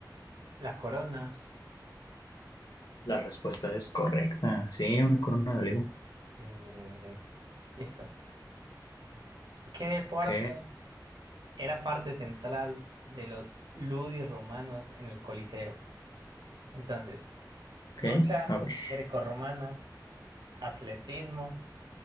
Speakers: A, on the right (about 80°); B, on the left (about 60°).
A: La corona.
B: La respuesta es correcta, sí, una corona de olivo.
A: Breve, breve, breve. Listo. ¿Qué deporte
B: Ok,
A: era parte central de los ludis romanos en el Coliseo? Entonces,
B: ok,
A: lucha
B: a ver.
A: grecorromana, atletismo,